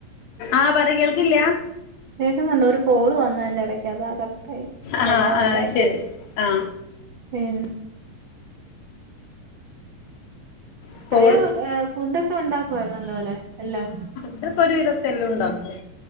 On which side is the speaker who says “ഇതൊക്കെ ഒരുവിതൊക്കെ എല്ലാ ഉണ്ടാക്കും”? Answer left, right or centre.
Left